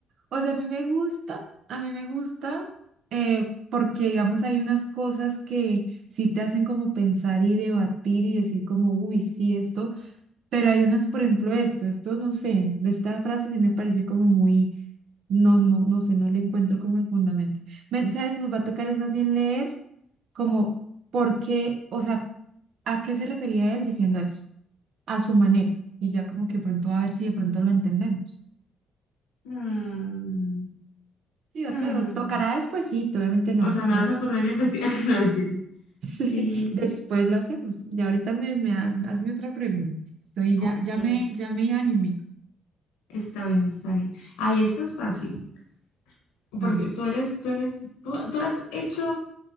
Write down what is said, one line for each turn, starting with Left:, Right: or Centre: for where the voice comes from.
Right: O sea, a mí me gusta, a mí me gusta, eh, porque digamos hay unas cosas que sí te hacen como pensar y debatir y decir como, uy, sí, esto, pero hay unas, por ejemplo, esto, esto no sé, de esta frase sí me parece como muy, no, no, no sé, no le encuentro como el fundamento. Me- ¿sabes? Nos va a tocar es más bien leer como por qué, o sea, ¿a qué se refería él diciendo eso? A su manera. Y ya como que pronto va a ver si de pronto lo entendemos.
Left: Mm,
Right: Sí,
Left: mm.
Right: claro, tocará despuesito, obviamente no.
Left: O sea, me
Right: las-
Left: vas a poner a investigar. <laughs> No, mentiras.
Right: <laughs> sí,
Left: Sí,
Right: después lo hacemos. Y ahorita me, me ha- hazme otra pregunta. Estoy
Left: ok.
Right: ya, ya me, ya me animé.
Left: Está bien, está bien. Ahí esta es fácil. Porque
Right: A ver,
Left: tú eres, tú eres, tú, tú has hecho,